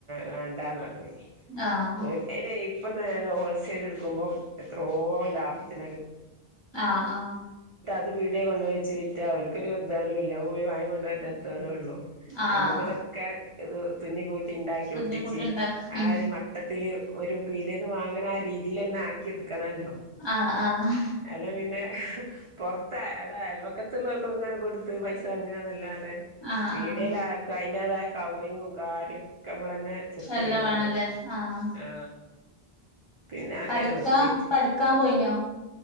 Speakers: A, on the right; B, on the left.
A: വണ്ടാന്ന് പറഞ്ഞ്
B: ആഹ്
A: ഓക്കെ എന്നെ ഇപ്പ <unintelligible> ഹോൾസെയിൽ എടുക്കുമ്പോം എത്രയോ ലാഭത്തിന്
B: ആ ആ
A: അത് വിടെ കൊണ്ട് വെച്ച് വിറ്റ അവൾക്കൊരു <unintelligible> ല്ല പോയി വ വായിക്കൊണ്ട് അധ്വാനം ഉള്ളൂ
B: ആഹ്
A: നമുക്ക് ഇതൊക്കെ ഇത് തുന്നി കൂ ട്ടിണ്ടാക്കി
B: കുഞ്ഞിക്കുട്ടി
A: ഒട്ടിച്ച്
B: ഉണ്ടാക്ക
A: ആ
B: ഉം
A: ഒരു വട്ടത്തില് ഒരു വീടന്ന് വാങ്ങണ ആ രീതിയില്ലന്നെ ആക്കിയത് ക്കണല്ലോ
B: ആഹ് ആഹ്
A: അല്ല പിന്നെ പുറത്തട അൽവക്കത് <unintelligible> ഇങ്ങനെ കൊടുത്ത് പൈസ അങ്ങന്നല്ലാതെ
B: ആഹ്
A: വീടിൽ
B: ആഹ്
A: ആർക്കും ആയിന്റെതായ കവറിങ്ങും കാര്യക്കെ നമ്മളാന്നെ സെറ്റ്
B: എല്ലാം
A: ചെയ്യണല്ലോ
B: വേണല്ലേ ആഹ്
A: ആ പിന്നെ ഓക്ക
B: പഠിക്കാ
A: ഞാൻ നിർത്തിച്ച്
B: പഠിക്കാൻ പോയിനോ